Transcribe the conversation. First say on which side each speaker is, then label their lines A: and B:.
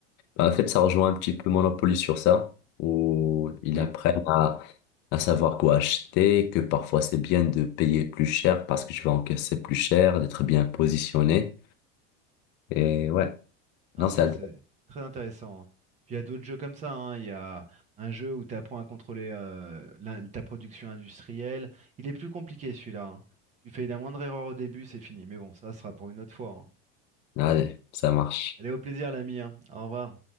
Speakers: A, on the left; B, on the right.
A: en fait, ça rejoint un petit peu Monopoly sur ça, où ils
B: Oui,
A: apprennent à, à savoir quoi acheter, que parfois c'est bien de payer plus cher parce que tu vas encaisser plus cher, d'être bien positionné. Et ouais,
B: hein,
A: non,
B: ça
A: c'est intéressant.
B: c'est très intéressant. hein. Puis il y a d'autres jeux comme ça. hein. Il y a un jeu où tu apprends à contrôler euh, l'in- ta production industrielle. Il est plus compliqué celui-là. hein. Tu fais la moindre erreur au début, c'est fini. Mais bon, ça sera pour une autre fois. hein.
A: Allez, ça marche.
B: Allez, au plaisir l'ami. hein. Au revoir.